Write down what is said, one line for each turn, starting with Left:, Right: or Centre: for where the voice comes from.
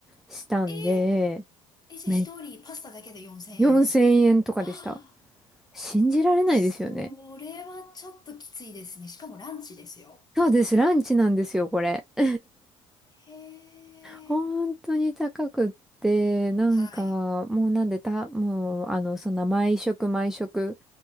Centre: したんで、
Left: えー、え、じゃあ一人パスタだけで4000円
Centre: め、4000円とかでした。
Left: はあ、
Centre: 信じられないですよね。
Left: それはちょっときついですね。しかもランチですよ。
Centre: そうです、ランチなんですよ、これ。<laughs>
Left: へ
Centre: 本当に高くって、
Left: え。
Centre: なんか、
Left: はい。
Centre: もうなんでた、もう、あの、そんな毎食毎食